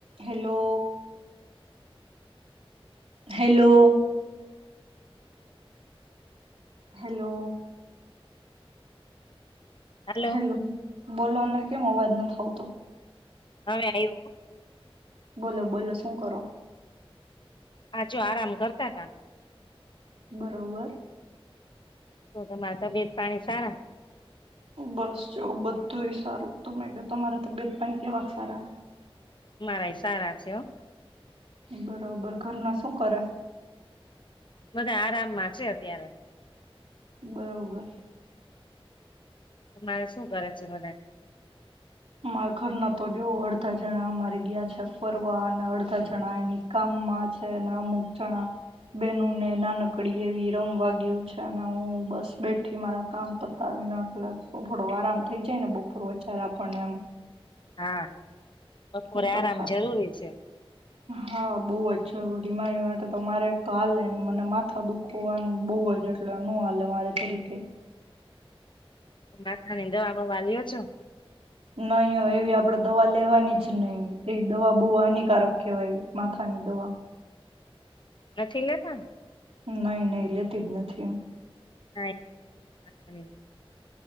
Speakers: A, on the right; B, on the left.
A: Hello. Hello. Hello.
B: Hello
A: hello બોલો ના. કેમ અવાજ નથી આવતો.
B: હવે આવ્યું.
A: બોલો બોલો શું કરો.
B: આ જો આરામ કરતા હતા.
A: બરોબર.
B: શું તમારા તબિયત પાણી સારા?
A: બસ જો બધું એ સારું તને ક તમારા તબિયત પાણી કેવા સારા.
B: મારા સારા છે.
A: બરોબર ઘરમાં શું કરે?
B: બધા આરામમાં છે અત્યારે.
A: બરોબર.
B: મારે શું કરે છે મને.
A: મારાં ઘરના તો જોવ અડધા જણા અમારે ગયા છે ફરવા અને અડધા જણા એની કામમાં છે ને અમુક જણા બેનુંને નાનકડી એવી રમવા ગય્યું છે ને હું બસ બેઠી મારા કામ પતાવીને એટલે શું થોડો આરામ થઈ જાય ને બપોર વચાર આપ પણને એમ.
B: હા. બપોરે
A: એ તો
B: આરામ
A: થા
B: જરૂરી છે
A: હા બહુ જ જરૂરી. બીમારી માટે તો મારે તો હાલે નહી મને માથા દુખવવાનું બહુ હોય એટલે નો હાલે મારે જરીકે.
B: માથાનીને દવા બવા લ્યો છો?
A: નહી હો એવી આપણેે દવા લેવાની જ નહી એ દવા બહુ હાનિકારક કહેવાય માથાની દવા.
B: નથી લેતા ને?
A: નહી નહી લેતી જ નથી હું.
B: ના.